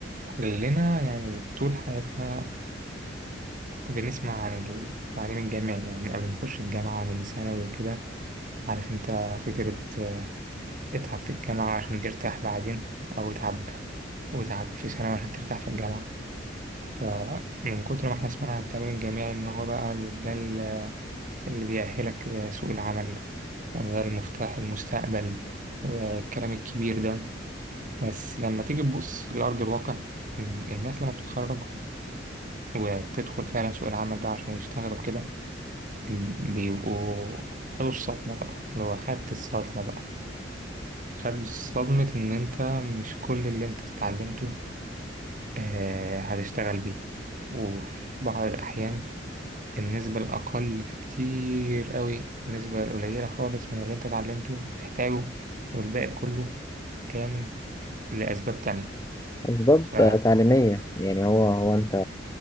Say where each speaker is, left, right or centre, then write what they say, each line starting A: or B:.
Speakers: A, on the right; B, on the left.
A: كلنا يعني طول حياتنا بنسمع عن التعليم الجامعي يعني من قبل ما نخش الجامعة من ثانوي وكده عارف انت فكرة آه، اتعب في الجامعة عشان ترتاح بعدين أو اتعب واتعب في ثانوي عشان ترتاح في الجامعة فمن كتر ما احنا سمعنا عن التعليم الجامعي إن هو بقى ال- ده ال- اللي بيأهلك لسوق العمل وده المفتاح المستقبل والكلام الكبير ده بس لما تيجي تبص لأرض الواقع م- الناس لما بتتخرج وبتدخل فعلا سوق العمل بقى عشان يشتغلوا كده بيبقوا خدوا الصدمة بقى اللي هو خدت الصدمة بقى خد صدمة إن أنت مش كل اللي أنت اتعلمته آه هتشتغل بيه وفي بعض الأحيان النسبة الأقل بكتير قوي النسبة القليلة خالص من اللي أنت اتعلمته هتحتاجه والباقي كله كان لأسباب تانية
B: أسباب
A: ف...
B: تعليمية يعني هو هو أنت